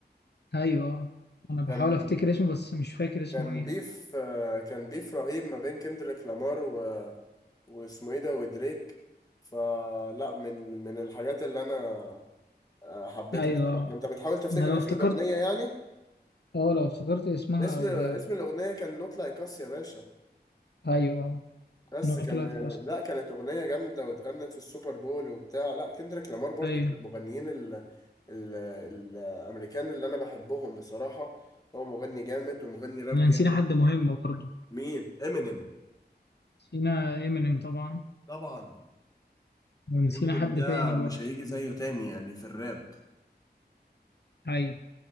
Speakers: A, on the left; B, on the left.
A: ايوه انا بحاول
B: كان
A: افتكر اسمه بس مش فاكر اسمه
B: كان
A: ايه
B: بيف آه، كان بيف رهيب ما بين كندريك لامار و... واسمه ايه ده ودريك فلا من من الحاجات اللي انا آه، حبيتها
A: ايوه
B: بصراحة انت بتحاول تفتكر
A: انا لو
B: اسم
A: افتكرت
B: الأغنية يعني
A: اه لو افتكرت اسمها
B: اسم
A: اقولها لك
B: اسم الأغنية كان نوت لايك اس يا باشا
A: ايوه
B: بس
A: إنها
B: كان
A: طلعت اصلا
B: لا كانت أغنية جامدة واتغنت في السوبر بول وبتاع لا كندريك لامار برضو
A: ايوه
B: من المغنيين ال... ال... الأمريكان اللي أنا بحبهم بصراحة هو مغني جامد ومغني راب
A: احنا
B: جامد
A: نسينا حد مهم برضه
B: مين؟ امينيم
A: نسينا امينيم طبعا
B: طبعا
A: ونسينا
B: امينيم
A: حد
B: ده
A: تاني برضه
B: مش هيجي زيه تاني يعني في الراب
A: ايوه